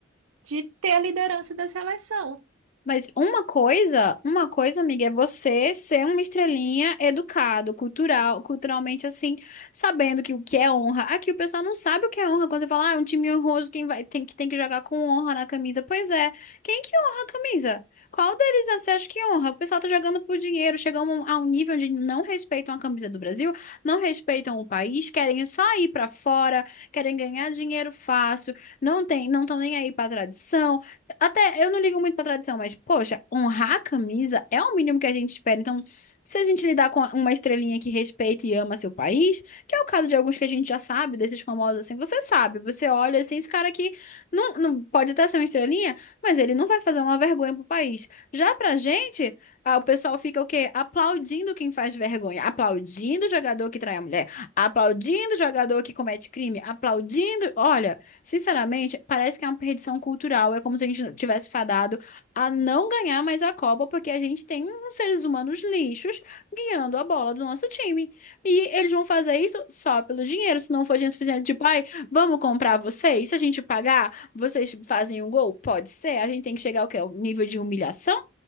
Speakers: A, on the right; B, on the left.
A: de ter a liderança da seleção.
B: Mas uma coisa, uma coisa, amiga, é você ser uma estrelinha educado, cultural, culturalmente assim, sabendo que o que é honra. Aqui o pessoal não sabe o que é honra quando você fala, ah, é um time honroso, quem vai, tem que tem que jogar com honra na camisa. Pois é, quem que honra a camisa? Qual deles você acha que honra? O pessoal tá jogando por dinheiro, chegamos a um nível onde não respeitam a camisa do Brasil, não respeitam o país, querem só ir pra fora, querem ganhar dinheiro fácil, não tem, não estão nem aí pra tradição até eu não ligo muito pra tradição, mas, poxa, honrar a camisa é o mínimo que a gente espera. Então, se a gente lidar com uma estrelinha que respeita e ama seu país, que é o caso de alguns que a gente já sabe, desses famosos assim, você sabe, você olha assim, esse cara aqui não, não pode até ser uma estrelinha, mas ele não vai fazer uma vergonha pro país. Já pra gente, ah, o pessoal fica o quê? Aplaudindo quem faz vergonha, aplaudindo o jogador que trai a mulher, aplaudindo o jogador que comete crime, aplaudindo. Olha. Sinceramente, parece que é uma perdição cultural. É como se a gente tivesse fadado a não ganhar mais a Copa, porque a gente tem uns seres humanos lixos guiando a bola do nosso time. E eles vão fazer isso só pelo dinheiro. Se não for dinheiro suficiente, tipo, ai, vamos comprar vocês? Se a gente pagar, vocês fazem um gol? Pode ser. A gente tem que chegar ao quê? Ao nível de humilhação?